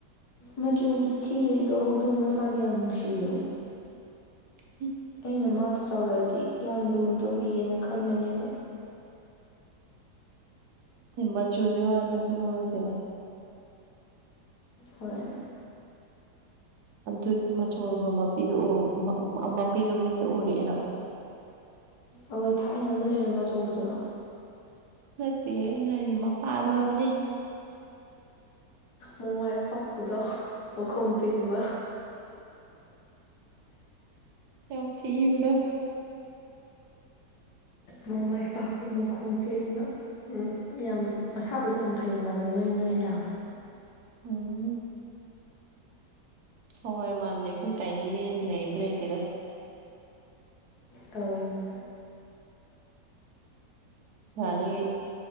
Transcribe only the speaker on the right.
ꯎ
ꯃꯆꯨꯗꯣꯗ ꯍꯧꯅꯔ
ꯑꯗꯨꯒꯤ ꯃꯆꯣꯏꯕ ꯃꯄꯤꯗꯨ ꯃꯄꯤꯗꯨꯣ ꯃꯤꯠꯇ ꯎꯔꯛꯑꯦ ꯍꯥꯏꯕ
ꯅꯠꯇꯦ ꯑꯩꯅ ꯍꯥꯏꯗꯤ ꯃꯄꯥꯗꯣꯕꯅꯤ
ꯑ ꯊ ꯇ
ꯎꯝ ꯍꯣꯏꯣꯏ ꯃꯥꯟꯗꯦ ꯑꯩꯈꯣꯏ ꯇꯥꯏꯅꯤꯅꯦ ꯅꯕ ꯂꯩꯇꯦꯗ
ꯌꯥꯅꯤ